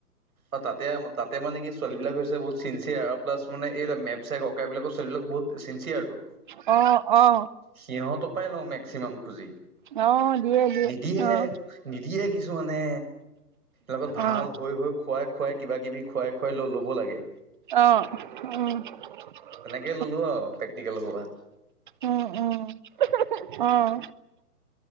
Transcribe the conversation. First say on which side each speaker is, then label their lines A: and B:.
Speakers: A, on the right; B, on the right.
A: অ', তাতে ম- তাতে মানে কি ছোৱালী বিলাক হৈছে বহুত চিনঞ্চিয়াৰ আৰু প্লাছ মানে এই মেপ-চেপ অকা এইবিলাকত ছোৱালবিলাক বহুত চিনঞ্চিয়াৰ টো।
B: অহ, অ'।
A: সিহঁতৰ পৰাই লওঁ মেক্সিমাম খুজি।
B: অ', দিয়ে দিয়ে
A: নিদিয়েহে,
B: অ',
A: নিদিয়ে কিছুমানে। লগত ভাল
B: অ',
A: হৈ হৈ খুৱাই, খুৱাই কিবা-কিবি খুৱাই, খুৱাই ল'ব লাগে।
B: অ', উম।
A: তেনেকৈ ল'লো আৰু প্ৰেক্টিকেলৰ সোপা।
B: উম, উম, উম,